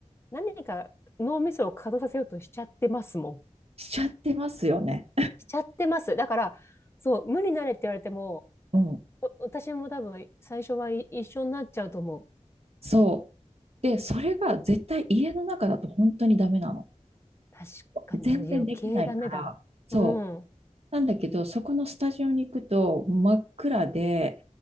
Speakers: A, on the left; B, on the right.
A: 何か脳みそを稼働させようとしちゃってますもん。
B: しちゃってますよね。
A: しちゃってます。だから、そう、無になれって言われても、
B: うん、
A: お私も多分最初はい一緒になっちゃうと思う。
B: そう。で、それが絶対家の中だと本当にダメなの。
A: 確かに、
B: 全然できないから、
A: でも余計ダメだ。
B: そう。
A: うん。あ
B: なんだけど、そこのスタジオに行くと真っ暗で、